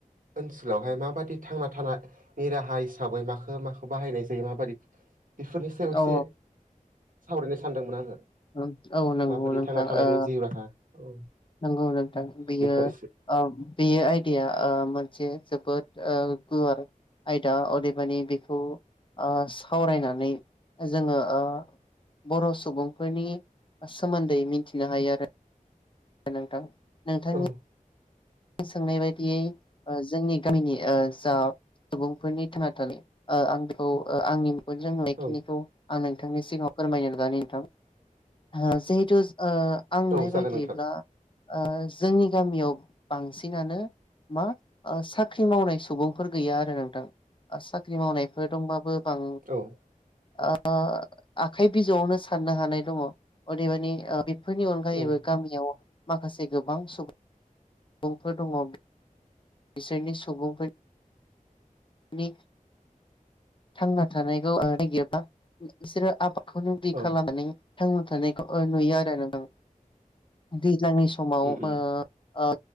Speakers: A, on the right; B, on the left.
A: ओनसोलावहाय माबादि थांना थानायनि राहा हिसाबै माखौ माखौ बाहायनाय जायो ज माबायदि बेफोरनि सायाव एसे
B: औ
A: सावरायनो सानदोंमोन आङो
B: औ नंगौ
A: माबायदि
B: नोंथां
A: थांना थानायनि
B: ओ
A: जिउ राहा औ
B: नंगौ नोंथां बियो
A: बेखौ एसे
B: ओ बे आयदाया ओ मोनसे जोबोद ओ गुवार आयदा अदेबानि बेखौ ओ सावरायनानै जोङो ओ बर' सुबुंफोरनि सोमोन्दै मिथिनो हायो आरो नोंथां नोंथांनि
A: औ
B: आं सोंनाय बायदियै ओ जोंनि गामिनि ओ जा सुबुंफोरनि थांना थानाय ओ आं बेखौ ओ आंनि जों बेखिनिखौ
A: औ
B: आं नोंथांनि सिगाङाव फोरमायनो ननानै नोंथां जिहेथु ओ आं नुनाय
A: औ
B: बादियैब्ला
A: जागोन नोंथां
B: ओ जोंनि गामियाव बांसिनानो मा साख्रि मावनाय सुबुंफोर गैया आरो नोंथां साख्रि मावनायफोर दंबाबो गोबां
A: औ
B: ओ आखाइ बिजौआवनो साननो हानाय दङ अदेबानि ओ बेफोरनि अनगायैबो
A: उम
B: गामियाव माखासे गोबां सुबुं सुबुंफोर दङ बिसोरनि सुबुंफोरनि नि थांना थानायखौ नागिरोबा बिसोरो आबाद बेखौनो बि
A: औ
B: खालामनानै थांना थानायखौ नुयो आरो नोंथां सिगांनि समाव
A: उम उम
B: ओ